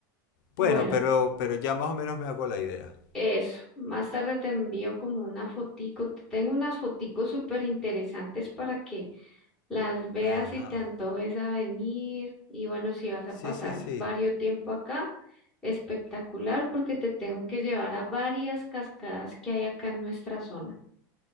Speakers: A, in the centre; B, on the left.
A: Bueno,
B: Bueno, pero, pero ya más o menos me hago la idea.
A: Eso, más tarde te envío como una fotico. te Tengo unas foticos súper interesantes para que las veas
B: Ajá.
A: y te antojes a venir. Y bueno, si vas a
B: Sí,
A: pasar
B: sí, sí.
A: varios tiempo acá, espectacular porque te tengo que llevar a varias cascadas que hay acá en nuestra zona.